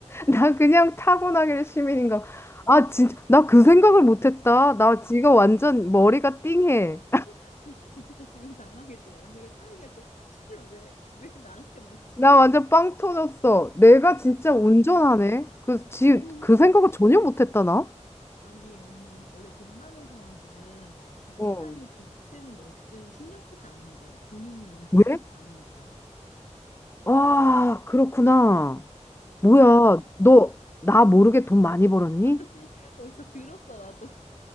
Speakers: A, on the left; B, on the left.
A: 나 그냥 타고나길 시민인가. 아, 진짜, 나 그 생각을 못했다. 나 지금 완전 머리가 띵해.
B: <laughs> 나 진짜 지금 당황했잖아. 언니가 차 얘기할 때 차를 왜, 왜 나한테 맞추지?
A: 나 완전 빵 터졌어. 내가 진짜
B: 아,
A: 운전하네. 그,
B: 아,
A: 지,
B: 너무
A: 그
B: 웃겨.
A: 생각을 전혀 못했다, 나.
B: 아니, 언니, 원래 돈 많은 사람들은 주차장이
A: 어.
B: 좁든 넓든 신경 쓰지 않는데 본인이 운전하는
A: 왜?
B: 차가 아니니까.
A: 아, 그렇구나. 뭐야, 너, 나 모르게 돈 많이 벌었니?
B: 아니, 어디서 들었어, 나도.